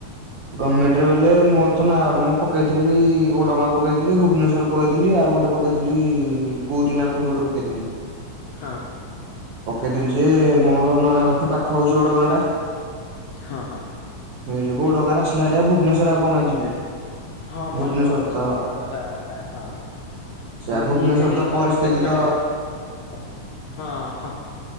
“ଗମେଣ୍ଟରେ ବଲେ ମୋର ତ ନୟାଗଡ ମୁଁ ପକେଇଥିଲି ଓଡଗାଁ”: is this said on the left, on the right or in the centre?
Right